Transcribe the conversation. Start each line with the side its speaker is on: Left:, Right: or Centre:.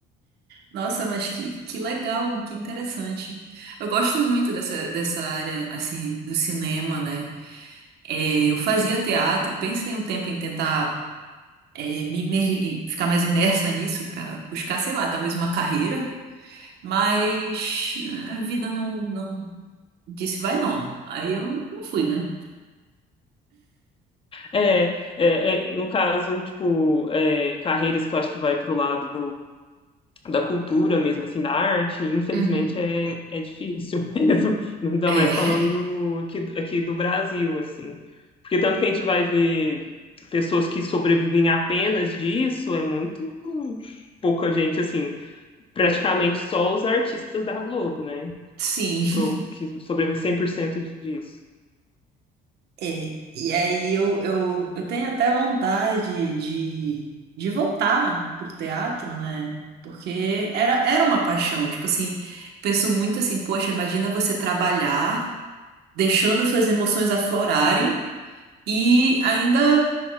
Right: Nossa, mas que, que legal, que interessante. Eu gosto muito dessa, dessa área, assim, do cinema, né? É, eu fazia teatro, pensei um tempo em tentar é, me imer- e ficar mais imersa nisso para buscar, sei lá, talvez uma carreira, mas a vida não, não disse vai não. Aí eu não fui, né?
Left: É, é, é, no caso, tipo, é, carreiras que eu acho que vai pro lado da cultura mesmo, assim, da arte, infelizmente
Right: Uhum.
Left: é, é difícil <laughs> mesmo, ainda
Right: É,
Left: mais falando aqui, aqui do Brasil, assim. Porque tanto que a gente vai ver pessoas que sobrevivem apenas disso, é muito pouca gente, assim, praticamente só os artistas da Globo, né?
Right: <laughs>
Left: Que,
Right: sim.
Left: pro, que sobrevivem 100% disso.
Right: É, e aí eu, eu, eu tenho até vontade de, de voltar pro teatro, né? Porque era, era uma paixão. Tipo assim, penso muito assim, poxa, imagina você trabalhar, deixando suas emoções aflorarem e ainda